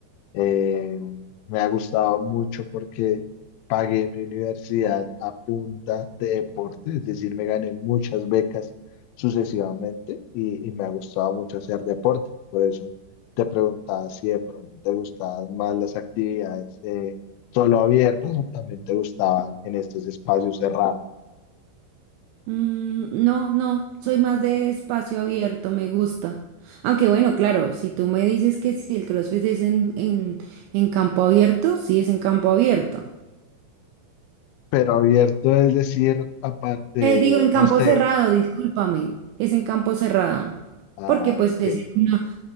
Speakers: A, on the left (about 85°); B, on the right (about 85°).
A: Eh, me ha gustado mucho porque pagué mi universidad a punta de deporte, es decir, me gané muchas becas sucesivamente y, y me ha gustado mucho hacer deporte. Por eso te preguntaba si de pronto te gustaban más las actividades eh, solo abiertas o también te gustaban en estos espacios cerrados.
B: Mm, no, no, soy más de espacio abierto, me gusta. Aunque bueno, claro, si tú me dices que si el CrossFit es en, en, en campo abierto, sí es en campo abierto.
A: Pero abierto es decir, aparte de,
B: Eh, digo, en
A: no
B: campo
A: sé,
B: cerrado, discúlpame, es en campo cerrado.
A: ah,
B: Porque pues
A: ok,
B: es una,